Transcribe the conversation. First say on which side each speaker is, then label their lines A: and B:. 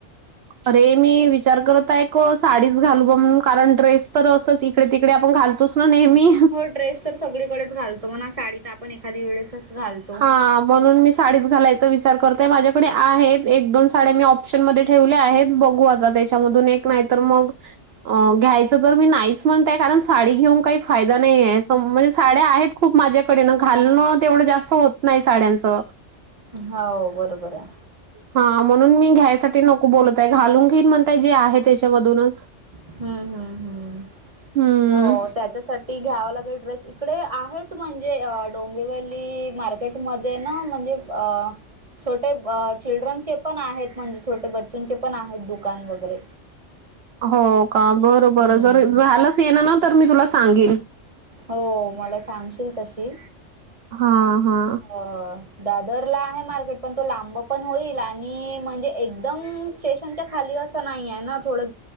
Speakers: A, on the right; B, on the right.
A: अरे मी विचार करत आहे साडीच घालू ब म्हून कारण ड्रेस तर असंच. तिकडे तिकडे आपण घालतोच ना नेहमी.
B: पण ड्रे्स तर सगळीकडेच घालतो मग साडी तर आपण एखादी वेळेसच घालतो.
A: हा म्हणून मी साडीच घालायचा विचार करतय माझ्याकडे आहेत एक दोन साड्या मी ऑप्शन मध्ये ठेवल्या आहेत बघू आत्ता. आता त्याच्यामधून एक नाही तर मग. अ घ्यायचं तर मी नाहीच म्हणतय कारण साडी घेऊन काही फायदा नाही आहे म्हणजे साड्या आहेत. खूप माझ्याकडे घालण तेवढं जास्त होत नाही साड्यांचं.
B: हो बरोबर आहे.
A: हा म्हणून मी घ्यायसाठी नको बोलताय घालून घेईन म्हणताय जे आहे त्याच्यामधूनच.
B: हम्म हम् हम्
A: हम्म.
B: हो त्याच्यासाठी. ती घ्याव लागेल ड्रेस इकडे आहेत म्हणजे डोंबिवली मार्केटमध्ये ना म्हणजे. अ. छोटे चिल्ड्रनचे पण आहेत म्हणजे छोटे बच्चूंचे पण आहेत दुकान वगैरे
A: हो का बर बरं
B: हम्म
A: जर झालाच ये ना ना तर मी तुला सांगेल.
B: हो मला सांगशील तशी
A: हां, हां.
B: अ. दादरला आहे मार्केट पण तो लांब पण होईल आणि म्हणजे एकदम स्टेशनच्या खाली असं नाही आहे ना थोडं.